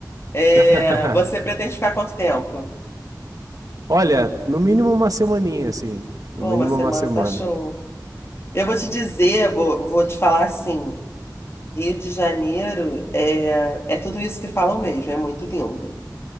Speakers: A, on the left; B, on the right.
A: É,
B: <laughs>
A: você pretende ficar quanto tempo?
B: Olha, no mínimo uma semaninha, assim. No
A: Pô,
B: mínimo
A: uma semana
B: uma semana.
A: tá show. Eu vou te dizer, vou, vou te falar assim: Rio de Janeiro é, é tudo isso que falam mesmo, é muito lindo.